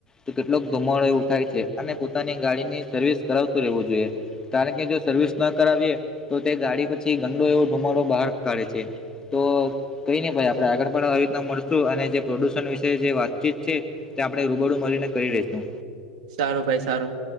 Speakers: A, on the left (about 15°); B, on the right (about 65°).
A: તો કેટલોક ધુમાડો એવું થાય છે અને પોતાની ગાડીની સર્વિસ કરાવતો રહેવું જોઈએ. કારણ કે જો સર્વિસ ન કરાવીએ તો તે ગાડી પછી ગંડો એવો ધુમાડો બહાર કાઢે છે. તો કઈ નહી ભાઈ આપણે આગળ પણ આવી રીતના મળશું અને જે પ્રદૂષણ વિશે જે વાતચીત છે તે આપણે રૂબડું મળીને કરી રશું.
B: સારું ભાઈ સારું